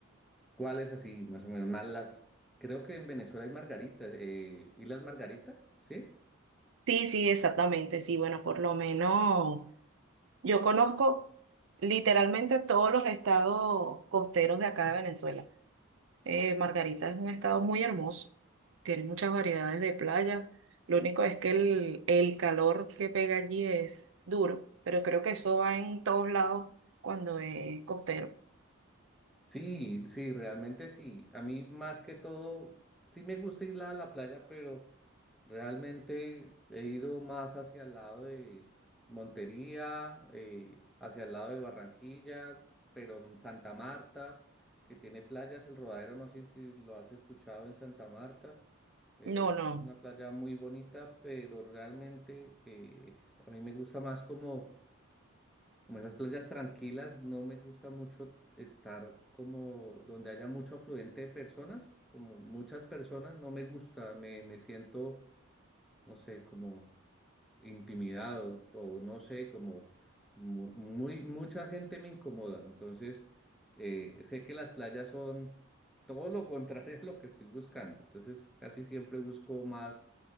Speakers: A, in the centre; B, on the right (about 65°).
A: cuáles así, más o menos? Más las, creo que en Venezuela hay Margarita, eh, ¿Islas Margarita? ¿Sí es?
B: Sí, sí, exactamente, sí, bueno, por lo menos. Yo conozco literalmente todos los estados costeros de acá de Venezuela. Eh, Margarita es un estado muy hermoso, tiene muchas variedades de playas. Lo único es que el, el calor que pega allí es duro, pero creo que eso va en todos lados cuando es costero.
A: Sí, sí, realmente sí. A mí más que todo, sí me gusta ir a la playa, pero realmente he ido más hacia el lado de Montería, eh, hacia el lado de Barranquilla, pero en Santa Marta, que tiene playas, el Rodadero, no sé si lo has escuchado en Santa Marta. Es
B: No, no.
A: una playa muy bonita, pero realmente eh, a mí me gusta más como como esas playas tranquilas, no me gusta mucho estar como donde haya mucho afluente de personas, como muchas personas, no me gusta, me, me siento, no sé, como intimidado o no sé, como mu- muy, mucha gente me incomoda. Entonces, eh, sé que las playas son todo lo contrario <laughs> a lo que estoy buscando. Entonces, casi siempre busco más